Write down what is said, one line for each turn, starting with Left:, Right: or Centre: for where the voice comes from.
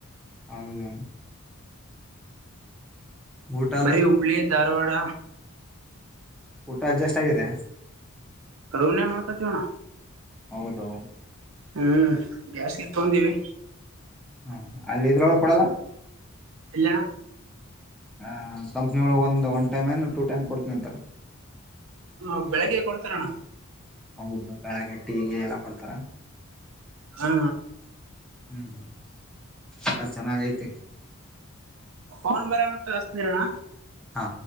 Centre: ಹೌದಾ ಊಟ
Right: ಬರಿ
Centre: ಅದು
Right: ಹುಬ್ಬಳ್ಳಿ ಧಾರವಾಡ.
Centre: ಊಟ ಅಡ್ಜಸ್ಟ್ ಆಗಿದೆ.
Right: ರೂಮ್ ನಾಗ ಮಾಡ್ಕತಿವಿ ಅಣ್ಣ.
Centre: ಹೌದು
Right: ಹ್ಮ್ ಗ್ಯಾಸ್ಗೆ ತೊಂಡೀವಿ
Centre: ಹ ಅಲ್ಲಿ ಇದ್ರೊಳ ಕೊಡಲ್ಲ
Right: ಎಲ್ಲಣ
Centre: ಹ ಕಂಪ್ನಿ ಒಳಗ್ ಒಂದು ಒನ್ ಟೈಮ್ ಏನು ಟೂ ಟೈಮ್ ಕೊಡ್ತೀನಿ ಅಂತಾರ
Right: ಹ ಬೆಳಗ್ಗೆ ಕೊಡ್ತಾರಣ
Centre: ಹೌದು ಬೆಳಗ್ಗೆ ಟೀಗೆ ಎಲ್ಲ ಕೊಡ್ತಾರ
Right: ಹಾ
Centre: ಹ್ಮ್ ಹ್ಮ ಎಲ್ಲ ಚೆನ್ನಾಗಐತೆ
Right: ಅವನ್ ಬರ ಮತ್ ಹಸನಿರೋಣ
Centre: ಹಾ